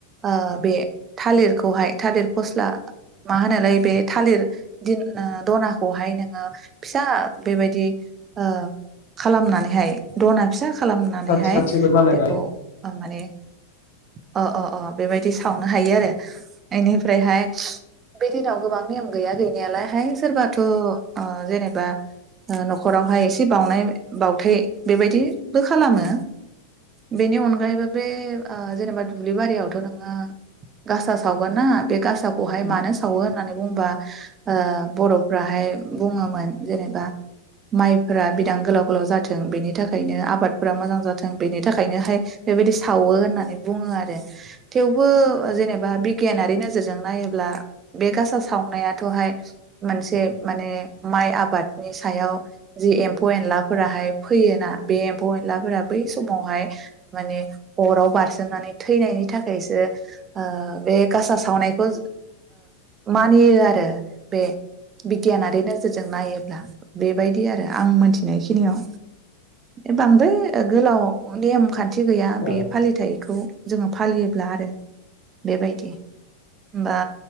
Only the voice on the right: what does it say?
ओ बे थालिरखौहाय थालिर फस्ला मा होनालाय बे थालिर दिन दनाखौहाय नोङो फिसा बेबायदि ओ खालामनानैहाय दना फिसा खालामनानैहाय
बेखौ माने अ अ अ बेबायदि सावनो हायो आरो एनिफ्रायहाय बे दिनाव गोबां नियम गैया गैनायालाय हायथ' सोरबाथ' जेने बा न'खरावहाय एसे बावउनाय बावउथाय बेबायदिबो खालामो बेनि अनगायैबो बे ओ जेनेबा दुब्लि बारियावथ' नोङो गासा सावगोन ना बे गासाखौहाय
मानो सावो? होननानै बुंबा ओ बर'फ्राहाय बुङोमोन। जेनेबा माइफोरा बिदां गोलाव गोलाव जाथों बेनि थाखायनो आबादफोरा मोजां जाथों बेनि थाखायनोहाय बेबायदि सावो होननानै बुङो आरो थेवबो जेनेबा बिगियानारि नोजोरजों नायोब्ला बे गासा सावनायाथ'हाय मोनसे माने माइ आ बादनि सायाव जि एम्फौ एनलाफोराहाय फैयोना बे एम्फौ एनलाफोरा बै समावहाय माने अराव बारसोमनानै थैनायनि थाखायसो बे गासा सावनायखौ मानियो आरो बे बिगियानारि नोजोरजों नायो। बेबायदि आरो आं मोनथिनायखिनियाव बांद्राय गोलाव नेम खान्थि खाथि गैया
बे फालिथाइ बे खौ जोङो फालियोब्ला आरो बे बायदि होनबा